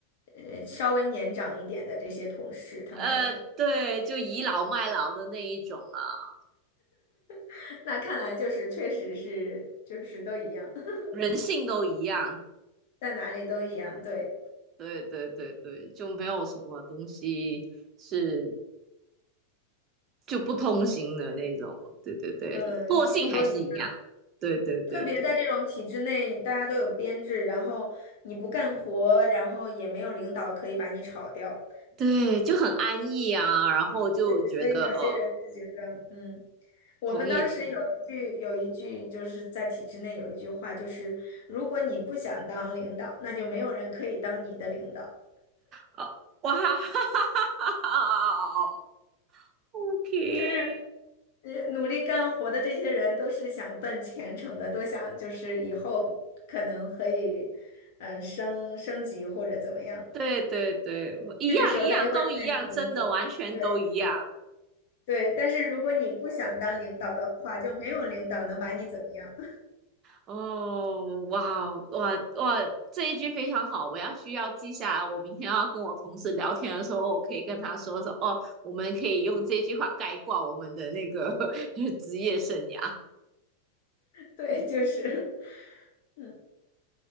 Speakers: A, on the left; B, on the right.
A: 呃，稍微年长一点的这些同事，他们可能
B: 呃，对，就倚老卖老的那一种啊，
A: <laughs> 那看来就是确实是就是都一样，<laughs>
B: 人性都一样。
A: 在哪里都一样，对，
B: 对对对对，就没有什么东西是就不通行的那种。对对对，
A: 嗯，
B: 惰性还是一样。
A: 其实都一样
B: 对对对对
A: 特别在这种体制内，大家都有编制，然后你不干活，然后也没有领导可以把你炒掉。
B: 对，就很安逸啊，然后就觉得呃，
A: 对，所以有些人就觉得，嗯，我们当时有一句有一句就是在体制内有一句话，
B: 同意同意
A: 就是如果你不想当领导，那就没有人可以当你的领导。
B: 哦，哇哈哈哈，OK，
A: 就是，呃，努力干活的这些人都是想奔前程的，都想就是以后可能可以，嗯，升升级或者怎么样。
B: 对对对，一样一样都一样，
A: 这个时候他就会卖力工作。
B: 真的完全都一样。
A: 对对，但是如果你不想当领导的话，就没有领导能把你怎么样。<laughs>
B: 哦，哇哦哇哇！这一句非常好，我要需要记下来。我明天要跟我同事聊天的时候，哦我可以跟他说说哦，我们可以用这句话概括我们的那个 <laughs> 职业生涯。
A: 对，就是。<laughs> 嗯。